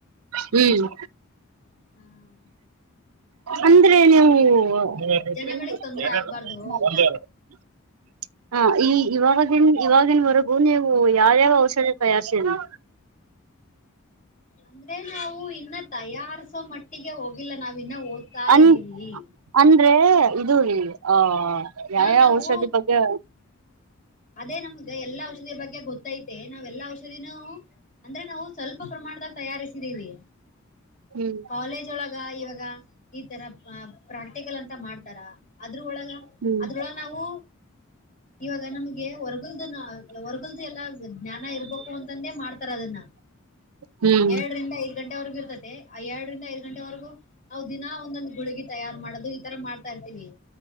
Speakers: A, on the right; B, on the left.
A: ಹ್ಮ್.
B: ಹ್ಮ್ <inaudible>
A: ಅಂದ್ರೆ ನೀವು. <unintelligible>
B: ಜನಗಳಿಗೆ ತೊಂದ್ರೆ ಆಗ್ಬಾರ್ದು ಅಂತ
A: ಹಾ ಈ ಇವಾಗಿನ್ ಇವಾಗಿನ್ವರೆಗೂ ನೀವು ಯಾವ್ಯಾವ ಔಷಧಿ ತಯಾರಿಸಿದ್ದೀರಾ.
B: ಅಂದ್ರೆ ನಾವು ಇನ್ನ ತಯಾರ್ಸೋ ಮಟ್ಟಿಗೆ ಹೋಗಿಲ್ಲ ನಾವ್ ಇನ್ನ ಓದ್. ಓದುತಾ
A: ಅನ್
B: ವಿದಿವಿ.
A: ಅಂದ್ರೆ ಇದು ರ ಆಹ ಯಾವ್
B: ಹ
A: ಯಾವ್
B: ನಾವು
A: ಔಷಧಿ ಬಗ್ಗೆ.
B: ಅದೇ ನಮ್ಗ ಎಲ್ಲಾ ಔಷಧಿ ಬಗ್ಗೆ ಗೊತ್ತೈತೆ ನಾವ್ ಎಲ್ಲಾ ಔಷಧಿನೂ. ಅಂದ್ರೆ ನಾವು ಸ್ವಲ್ಪ ಪ್ರಮಾಣದಾಗ ತಯಾರಿಸಿದೀವಿ.
A: ಹ್ಮ್
B: ಕಾಲೇಜ್ ಒಳಗ ಇವಾಗ. ಈ ತರ ಪ್ರಾಕ್ಟಿಕಲ್ ಅಂತ ಮಾಡ್ತಾರ ಅದ್ರ ಒಳಗ
A: ಹ್ಮ್
B: ಅದ್ರೊಒಳಗ. ನಾವು ಇವಾಗ. ಗೆ ವರ್ಗಲ್ದನ ಹೊರ್ಗಲ್ದು ಎಲ್ಲಾ ಜ್ಞಾನ ಇರ್ಬೇಕು ಅಂತಂದೆ ಮಾಡ್ತಾರ ಅದನ್ನ.
A: ಹ್ಮ್
B: ಎರಡರಿಂದ ಐದ್ ಗಂಟೆವರೆಗು ಇರ್ತತೆ ಆ ಎರಡರಿಂದ ಐದ್ ಗಂಟೆವರೆಗೂ. ನಾವು ದಿನಾ ಒಂದೊಂದ್ ಗುಳಗಿ ತಯಾರು ಮಾಡೋದು ಈತರ ಮಾಡ್ತಾ ಇರ್ತೀವಿ.